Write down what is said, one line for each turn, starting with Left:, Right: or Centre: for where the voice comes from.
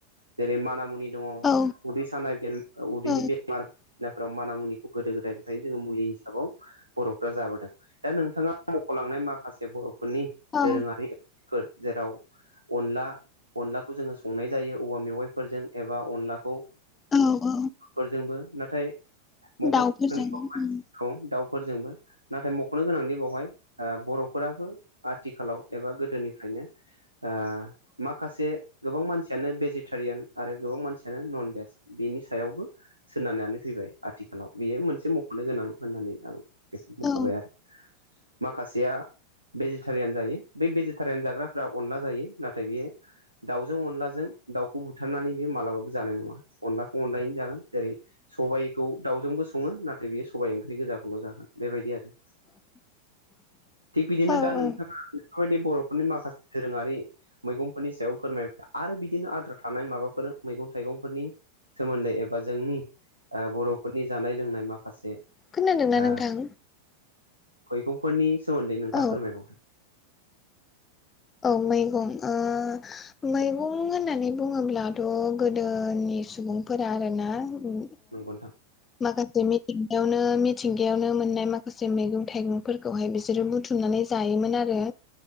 Right: जेरै मान मुनि दङ
Left: औ
Right: उदै सानाय उदैनि
Left: औ
Right: बेमार <unintelligible> माना मुनिखौ गोदो- गोदायनिफ्रायनो जोङो मुलि हिसाबाव बर'फ्रा जाबोदों। दा नोंथाङा मख'लांनाय माखासे बर'फोरनि
Left: औ
Right: दोरोङारिफोर जेराव अनला अनलाखौ जोङो संनाय जायो औवा मेवाइ -फोरजों एबा अनलाखौ
Left: औ औ
Right: फोरजोंबो नाथाय मख'नोबाय
Left: दाउफोरजों उम
Right: दाउफोरजोंबो नाथाय मख'नो गोनांदि बेवहाय ओ बर'फोराबो आथिखालाव एबा गोदोनिफ्रायनो ओ माखासे गोबां मानसियानो भेजिटेरियान आरो गोबां मानसियानो नन भेज बिनि सायावबो सोनारनानै फैबाय। आथिखालाव बियो मोनसे मख'नो गोनां होननानै आं बेखौ बुंख'बाय
Left: औ
Right: आरो। माखासेया भेजिटेरियान जायो बे भेजि <unintelligible> जाग्राफ्रा अनला जायो। नाथाय बियो दाउजों अनलाजों दाउखौ <unintelligible> बुथारनानै बेयो मालाबाबो जानाय नङा अनलाखौ अनलायैनो जागोन जेरै सबायखौ दाउजोंबो सङो नाथाय बेयो सबाइ ओंख्रि गोजाखौल' जागोन बेबायदि आरो।
Left: <unintelligible>
Right: थिग बिदिनो
Left: औ
Right: दा नोंथाङा
Left: औ
Right: नोंफोरबायदि बर'फोरनि माखासे दोरोङारि मैगंफोरनि सायाव फोरमायबाय आरो बिदिनो आद्रा थानाय माबाफोर मैगं थाइगंफोरनि सोमोन्दै एबा जोंनि ओ बर'फोरनि जानाय लोंनाय माखासे
Left: खोनादों ना
Right: ओ
Left: नोंथां?
Right: मैगंफोरनि सोमोन्दै नोंथाङा
Left: औ
Right: फोरमायबावदो
Left: औ मैगं ओ मैगं होननानै बुङोब्लाथ' गोदोनि सुबुंफोरा आरोना ओ
Right: नंगौ नोंथां
Left: माखासे मिथिंगायावनो - मिथिंगायावनो मोननाय माखासे मैगं - थाइगंफोरखौहाय बिसोरो बुथुमनानै जायोमोन आरो